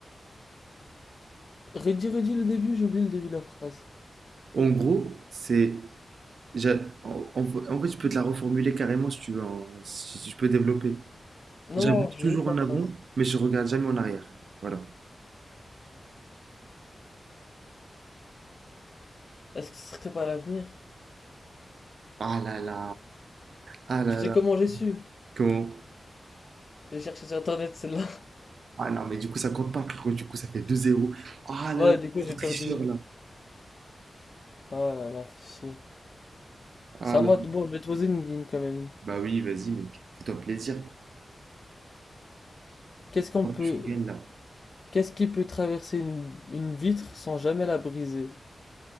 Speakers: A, on the left; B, on the right.
A: Redis, redis le début, j'ai oublié le début de la phrase.
B: En gros, c'est. j'a- En, en- en fait, je peux te la reformuler carrément si tu veux, hein, si, si je peux développer.
A: Non,
B: J'avance
A: non, je
B: toujours
A: veux que
B: en
A: la phrase.
B: avant, mais je regarde jamais en arrière. Voilà.
A: Est-ce que ce serait pas l'avenir?
B: Ah là là! Ah là
A: Tu sais
B: là!
A: comment j'ai su?
B: Comment?
A: J'ai cherché sur internet celle-là.
B: Ah non, mais du coup, ça compte pas. frérot. Du coup, ça fait deux zéro.
A: <laughs>
B: Ah
A: Ouais,
B: là là,
A: du coup
B: gros
A: j'ai
B: tricheur
A: perdu.
B: là!
A: Oh là là, fichier.
B: Ah
A: C'est à
B: là
A: moi,
B: là.
A: de- bon, je vais te poser une, une quand même.
B: Bah oui, vas-y, mec. Fais-toi plaisir.
A: Qu'est-ce qu'on peut,
B: Je gagne là.
A: qu'est-ce qui peut traverser une, une vitre sans jamais la briser?